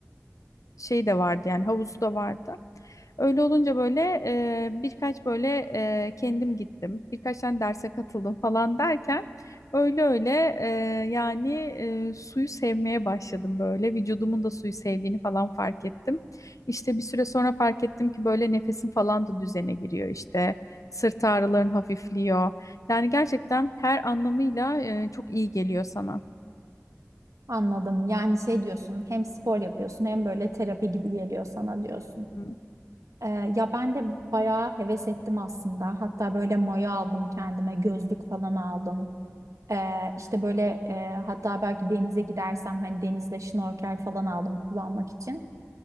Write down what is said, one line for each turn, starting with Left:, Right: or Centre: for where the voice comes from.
Left: şey de vardı yani havuzu da vardı. Öyle olunca böyle e, birkaç böyle e, kendim gittim. Birkaç tane derse katıldım falan derken öyle öyle e, yani e, suyu sevmeye başladım böyle. Vücudumun da suyu sevdiğini falan fark ettim. İşte bir süre sonra fark ettim ki böyle nefesim falan da düzene giriyor işte. Sırt ağrıların hafifliyor. Yani gerçekten her anlamıyla e, çok iyi geliyor sana.
Right: Anladım. Yani şey diyorsun, hem spor yapıyorsun hem böyle terapi gibi geliyor sana diyorsun.
Left: Hı.
Right: Ee, ya ben de bayağı heves ettim aslında. Hatta böyle maya aldım kendime, gözlük falan aldım. Ee, işte böyle e, hatta belki denize gidersem hani denizde şnorkel falan aldım kullanmak için.